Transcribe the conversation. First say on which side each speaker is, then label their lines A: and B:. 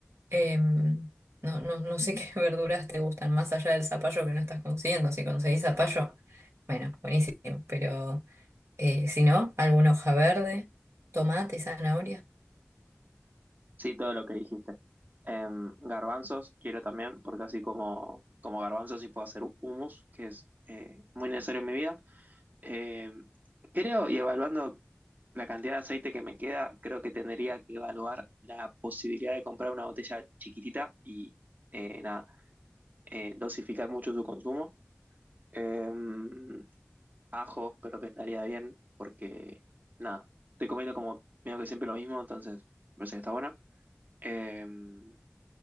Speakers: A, on the right; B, on the right.
A: Em, no, no, no sé qué <laughs> verduras te gustan, más allá del zapallo que no estás consiguiendo. Si conseguís zapallo, bueno, buenísimo. Pero eh, si no, alguna hoja verde, tomate, zanahoria.
B: Sí, todo lo que dijiste. Em, garbanzos quiero también, porque así como, como garbanzos sí puedo hacer hummus, que es eh, muy necesario en mi vida. Em, creo, y evaluando la cantidad de aceite que me queda, creo que tendría que evaluar la posibilidad de comprar una botella chiquitita y eh, nada, eh, dosificar mucho su consumo. Em, ajo, pero que estaría bien, porque nada, estoy comiendo como medio que siempre lo mismo, entonces me parece que está bueno. Em,